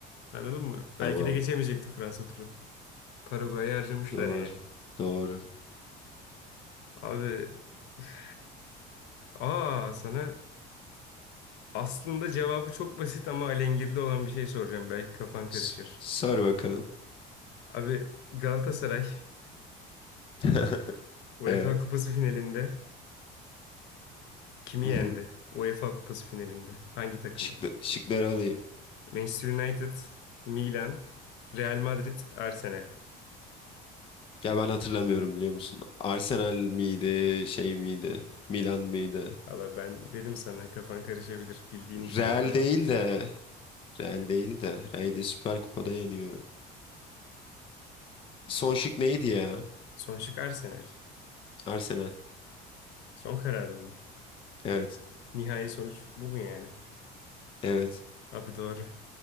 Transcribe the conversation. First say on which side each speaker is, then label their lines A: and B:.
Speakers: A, on the left; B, on the left.
A: Anladın mı? Belki
B: Tamam
A: de geçemeyecekti Fransa turu. Paraguay'ı harcamışlar
B: doğru
A: yani.
B: doğru.
A: Abi üf. aa sana aslında cevabı çok basit ama alengirli olan bir şey soracağım. Belki kafan karışır.
B: S- sor bakalım.
A: Abi Galatasaray
B: <laughs>
A: UEFA
B: Evet.
A: Kupası finalinde kimi
B: Hı
A: yendi?
B: hı.
A: UEFA Kupası finalinde hangi takımı?
B: Şıkla- şıkları alayım.
A: Manchester United, Milan, Real Madrid, Arsenal.
B: Ya ben hatırlamıyorum biliyor musun? Arsenal miydi, şey miydi? Milan mıydı?
A: Valla ben dedim sana kafan karışabilir. Bildiğin bir şeydir
B: Real
A: ama.
B: değil de, Real değil de. Real'i Süper Kupa'da yeniyor. Son şık neydi ya?
A: Son şık Arsenal.
B: Arsenal.
A: Son kararın mı?
B: Evet.
A: Nihai sonuç bu mu yani?
B: Evet.
A: Abi doğru.